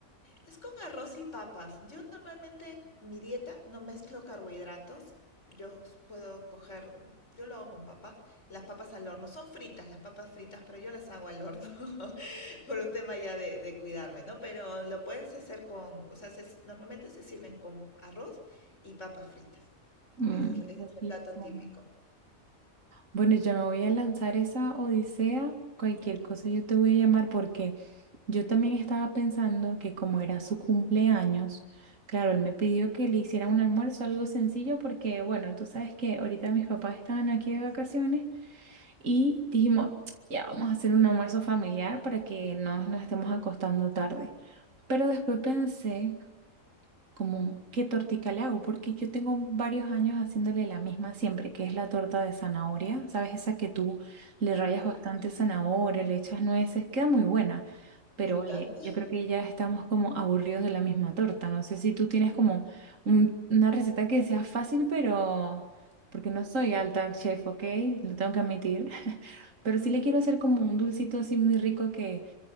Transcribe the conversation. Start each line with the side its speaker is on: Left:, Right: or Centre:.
Left: Es con arroz y papas. Yo normalmente mi dieta no mezclo carbohidratos. Yo puedo coger, yo lo hago con papas. Las papas al horno, son fritas las papas fritas, pero yo las hago al horno <laughs> por un tema ya de, de cuidarme, ¿no? Pero lo puedes hacer con, o sea, se normalmente se sirven con arroz y papas fritas.
Right: Mm,
Left: Ese es, ese
Right: qué
Left: es el
Right: rico.
Left: plato típico.
Right: Bueno, ya me voy a lanzar esa odisea. Cualquier cosa yo te voy a llamar porque yo también estaba pensando que como era su cumpleaños, claro, él me pidió que le hiciera un almuerzo, algo sencillo, porque bueno, tú sabes que ahorita mis papás estaban aquí de vacaciones y dijimos, <tsk> ya vamos a hacer un almuerzo familiar para que no nos estemos acostando tarde. Pero después pensé como qué tortica le hago, porque yo tengo varios años haciéndole la misma siempre, que es la torta de zanahoria, ¿sabes? Esa que tú le rayas
Left: Qué
Right: bastante
Left: rico.
Right: zanahoria, le echas nueces, queda muy buena, pero
Left: Me encanta.
Right: oye, yo creo que ya estamos como aburridos de la misma torta, no sé si tú tienes como un- una receta que sea fácil, pero... Porque no soy alta chef, ¿ok? Lo tengo que admitir. <laughs> Pero sí le quiero hacer como un dulcito así muy rico que,